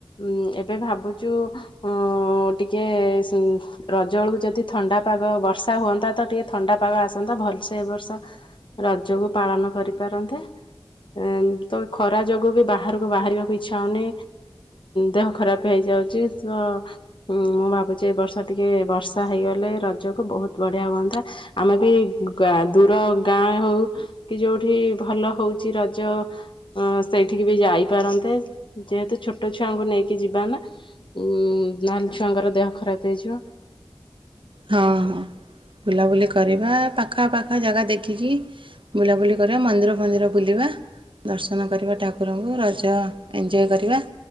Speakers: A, on the left; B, on the right.
A: ଉଁ ଏବେ ଭାବୁଛୁ ଉଁ ଉଁ ଟିକେ ସୁନ୍ ରଜବେଳୁକୁ ଯଦି ଥଣ୍ଡା ପାଗ ବର୍ଷା ହୁଅନ୍ତା, ତ ଟିକିଏ ଥଣ୍ଡା ପାଗ ଆସନ୍ତା ଭଲସେ ଏ ବର୍ଷ ରଜକୁ ପାଳନ କରିପାରନ୍ତେ। ଏଁ ତ ଖରା ଯୋଗୁ ବି ବାହାରକୁ ବାହାରିବାକୁ ଇଚ୍ଛା ହଉନି। ଦେହ ଖରାପ୍ ହେଇଯାଉଚି ତ ମୁଁ ଭାବୁଛି ଏ ବର୍ଷ ଟିକିେ ବର୍ଷା ହେଇଗଲେ ରଜକୁ ବହୁତ୍ ବଢ଼ିଆ ହୁଅନ୍ତା। ଆମେ ବି ଗ ଗାଁ ଦୂର। ଗାଁ ହେଉ କି ଯେଉଁଠି ଭଲ ହଉଛି ରଜ ଅ ସେଇଠିକି ବି ଯାଇପାରନ୍ତେ ଯେହେତୁ ଛୋଟ ଛୁଆଙ୍କୁ ନେଇକି ଯିବାନା ନହେଲେ ଛୁଆଙ୍କର ଦେହ ଖରାପ ହେଇଯିବ।
B: ହଁ ହଁ ବୁଲାବୁଲି କରିବା ପାଖାପାଖା ଜାଗା ଦେଖିକି। ବୁଲାବୁଲି କରିବା ମନ୍ଦିର ଫନ୍ଦିର ବୁଲିବା। ଦର୍ଶନ କରିବା ଠାକୁରଙ୍କୁ ରଜ ଏଞ୍ଜୟ କରିବା।